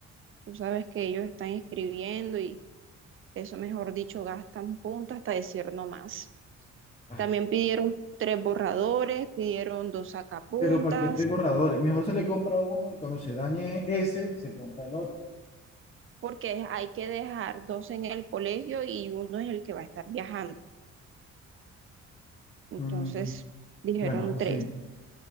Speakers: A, on the right; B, on the left.
A: Tú sabes que ellos están escribiendo y eso, mejor dicho, gastan punta hasta decir no más.
B: Ay,
A: También pidieron tres borradores, pidieron dos sacapuntas,
B: pero ¿para qué tres borradores? Mejor se le compra uno y cuando se dañe ese, se compra el otro.
A: porque hay que dejar dos en el colegio y uno es el que va a estar viajando. Entonces
B: Mm,
A: dijeron
B: bueno, ahí
A: tres.
B: sí.